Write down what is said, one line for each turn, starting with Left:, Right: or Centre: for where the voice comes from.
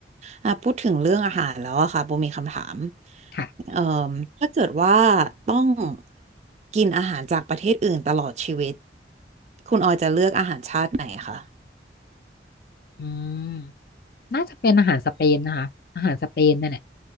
Right: อ่ะพูดถึงเรื่องอาหารแล้วอะค่ะโบมีคำถาม
Left: ค่ะ
Right: เอ่อถ้าเกิดว่าต้องกินอาหารจากประเทศอื่นตลอดชีวิตคุณออยจะเลือกอาหารชาติไหนคะ
Left: อืม น่าจะเป็นอาหารสเปนนะคะอาหารสเปนเนี่ยแหละ